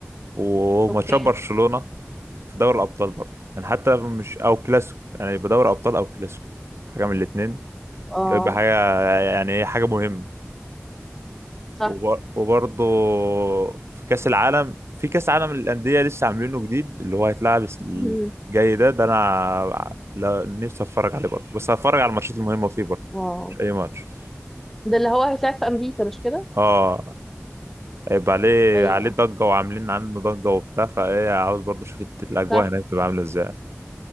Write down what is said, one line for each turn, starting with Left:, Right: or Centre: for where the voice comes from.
Right: وماتشات
Centre: اوكي
Right: برشلونه في دوري الابطال برضه يعني حتى مش او كلاسيكو يعني يبقى دوري ابطال او كلاسيكو حاجه من الاثنين
Centre: اه
Right: يبقى حاجه يعني ايه حاجه مهمه
Centre: صح
Right: وب- وبرضه في كاس العالم في كاس عالم للانديه لسه عاملينه جديد اللي هو هيتلعب الس-
Centre: مم.
Right: الجاي ده ده انا لا- نفسي اتفرج عليه برضه بس هتفرج على الماتشات المهمه فيه برضه
Centre: اه
Right: مش اي ماتش
Centre: ده اللي هو هيساعد في امريكا مش كده
Right: اه هيبقى عليه
Centre: ايوه
Right: عليه ضجه وعاملين عنه ضجه وبتاع فايه عاوز برضه اشوف الاجواء
Centre: صح
Right: هناك تبقى عامله ازاي